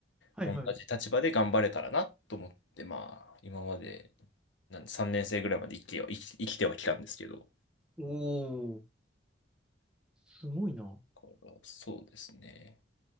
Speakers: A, in the centre; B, on the left (about 85°).
A: はいはい。
B: 同じ立場で頑張れたらなと思って、まあ今までなん3年生ぐらいまで生きては、生き、生きてはきたんですけど、
A: おお、すごいな。
B: だからそうですね。